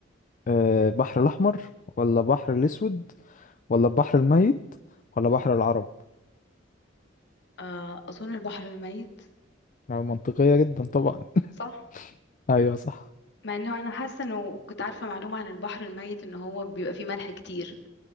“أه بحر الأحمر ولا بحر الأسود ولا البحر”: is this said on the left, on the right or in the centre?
Left